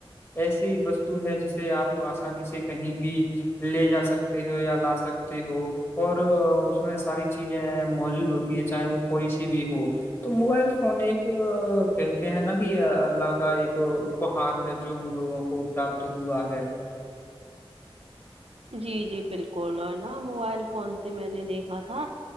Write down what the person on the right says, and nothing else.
جی جی بالکل اور نا موبائل فون سے میں نے دیکھا تھا